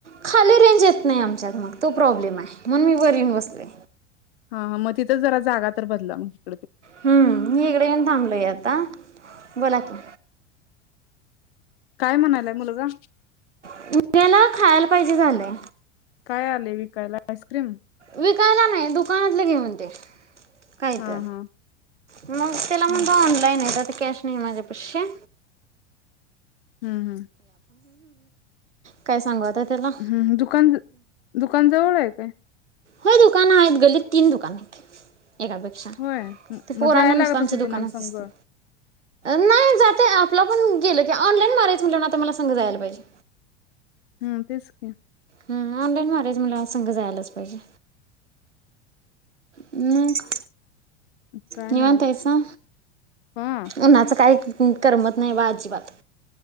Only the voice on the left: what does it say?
हा हा मग तिथंच जरा जागा तर बदला मगं.
काय म्हणायलाय मुलगा.
काय आले विकायला आईस्क्रीम,.
हा
हा
ह
हम्म हम्म.
हम्म दुकान दुकान जवळ आहे. काय?
होय म-
मग
जायला
लागत
असेल
तुम्हाला संघ
हम्म तेच की.
काय
नाही बघा
हा